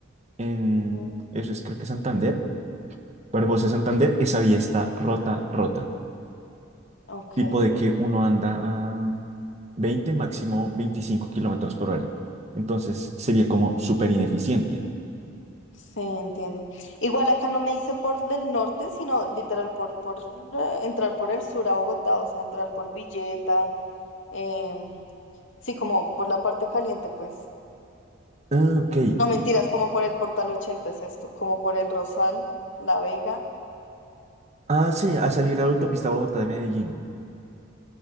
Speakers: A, on the right; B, on the left.
A: en,
B: Ujú,
A: eso es creo que Santander, Barbosa, Santander, esa vía está rota, rota,
B: Ok,
A: tipo de que uno anda a veinte máximo veinticinco kilómetros por hora. Entonces sería como súper ineficiente.
B: sí, entiendo. Igual acá no me hice por del norte, sino literal por, por eh, entrar por el sur a Bogotá, o sea, entrar por Villeta, em, sí, como por la parte caliente, pues.
A: Ah, ok.
B: No mentiras, como por el Portal ochenta es esto, como por el Rosal, La Vega,
A: Ah, sí, a salir a la autopista Bogotá de Medellín.